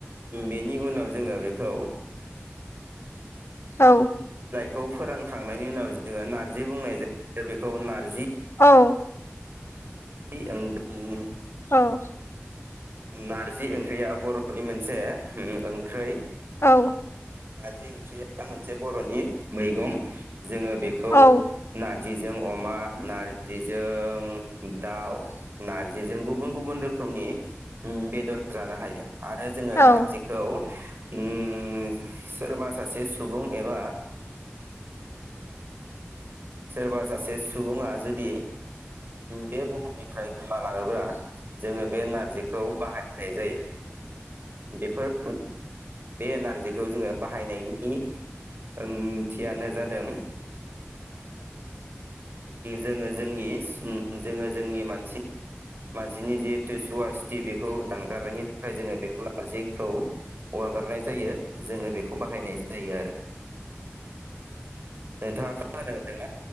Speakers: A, on the right; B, on the left.
A: बेनि उनाव जोङो बे खौ।
B: औ।
A: खौ फोरानखांनायनि उनाव जोङो नारजि बुंनाय जायो बेखौ नारजि
B: औ।
A: <unintelligible>
B: औ।
A: नारजि ओंख्रिया बर'नि मोनसे ओम ओंख्रै।
B: औ।
A: नारजि ओंख्रिया मोन से बर'नि मैगं। जोङो बेखौ
B: औ
A: नार जिजों अमा नारजिजों दाउ नारजिजों गुबुन गुबुन रोखोमनि बेदर जानो हायो। आरो जोङो
B: औ
A: नारजिखौ उम। सोरबा सासे सुबुं एबा सोरबा सासे सुबुङा जुदि बे बुहुमनिफ्राय गोमालाङोब्ला जोङो बे नारजिखौ बाहायनाय जायो बेफोर बे नारजिखौ जोङो बाहायनायनि ओंथियानो जादों। जोङो जोंनि जोङो जोंनि मानसि। मानसिनि जिहेथु सुवासिटि बेखौ दानगारनायनि थाखाय जोङो बेखौ नारजिखौ अरगारनाय जायो जोङो बेखौ बाहायनाय जायो आरो नोंथाङा खोनानो मोनदों ना?